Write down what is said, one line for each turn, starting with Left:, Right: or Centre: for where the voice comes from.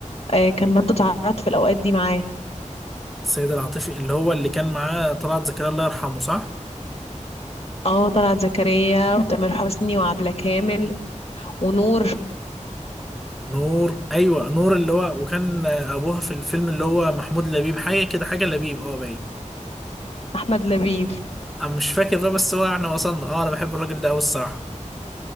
Left: آه، كان برضو اتعرض في الأوقات دي معاه
Centre: السيد العاطفي اللي هو اللي كان معاه طلعت زكريا الله يرحمه صح
Left: اه طلعت زكريا وتامر حسني وعبلة كامل ونور
Centre: نور ايوه نور اللي هو وكان ابوها في الفيلم اللي هو محمود لبيب حاجه كده حاجه لبيب اه باين
Left: أحمد لبيب
Centre: انا مش فاكر بقى بس هو احنا وصلنا اه انا بحب الراجل ده قوي الصراحه